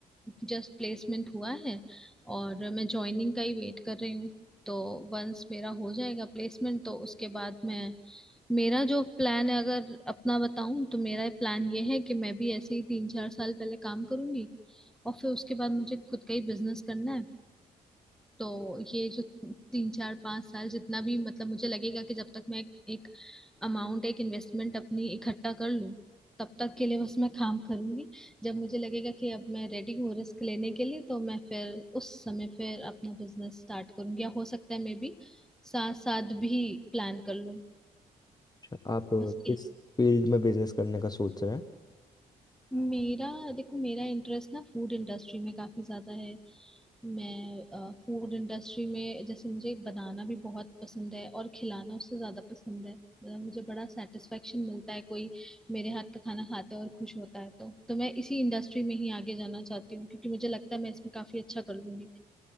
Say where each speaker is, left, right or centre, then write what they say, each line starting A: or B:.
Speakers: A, in the centre; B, on the left.
A: जस्ट प्लेसमेंट हुआ है और मैं जॉइनिंग का ही वेट कर रही हूँ तो वंस मेरा हो जाएगा प्लेसमेंट तो उसके बाद मैं मेरा जो प्लान है अगर अपना बताऊं तो मेरा प्लान ये है कि मैं भी ऐसे ही तीन चार साल पहले काम करूंगी और फिर उसके बाद मुझे खुद का ही बिजनेस करना है तो ये जो तीन चार पांच साल जितना भी मतलब मुझे लगेगा कि जब तक मैं एक, एक अमाउंट एक इन्वेस्टमेंट अपनी इकट्ठा कर लूं तब तक के लिए बस मैं काम करूंगी जब मुझे लगेगा कि अब मैं रेडी हूँ रिस्क लेने के लिए तो मैं फिर उस समय फिर अपना बिजनेस स्टार्ट करूंगी या हो सकता है मे बी साथ साथ भी प्लान कर लूं
B: अच्छा, आप
A: बस
B: किस फील्ड में बिजनेस करने का सोच रहे हैं
A: मेरा देखो मेरा इंटरेस्ट ना फूड इंडस्ट्री में काफी ज्यादा है मैं फूड इंडस्ट्री में जैसे मुझे बनाना भी बहुत पसंद है और खिलाना उससे ज्यादा पसंद है मतलब मुझे बड़ा सेटिस्फेक्शन मिलता है कोई मेरे हाथ का खाना खाता है और खुश होता है तो तो मैं इसी इंडस्ट्री में ही आगे जाना चाहती हूँ क्योंकि मुझे लगता है मैं इसमें काफी अच्छा कर लूंगी